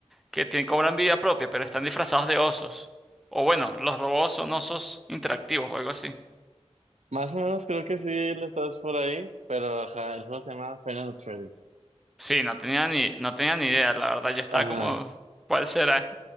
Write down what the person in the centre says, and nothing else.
que tienen, cobran vida propia, pero están disfrazados de osos. O bueno, los robots son osos interactivos o algo así.
Sí, no tenía ni, no tenía ni idea, la verdad, yo estaba
como, ¿cuál será?